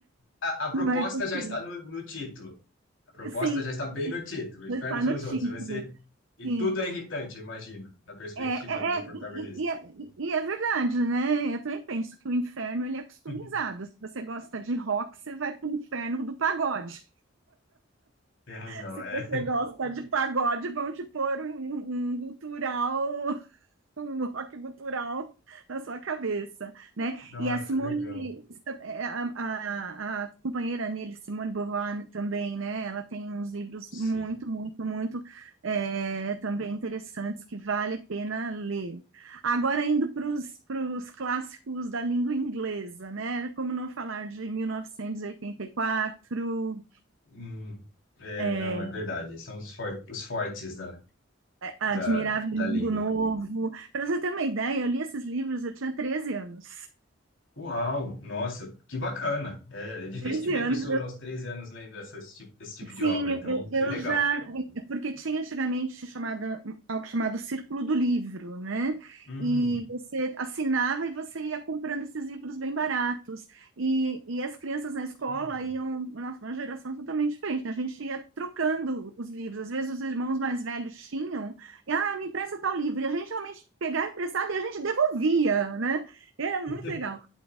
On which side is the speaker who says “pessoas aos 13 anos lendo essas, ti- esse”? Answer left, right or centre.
Left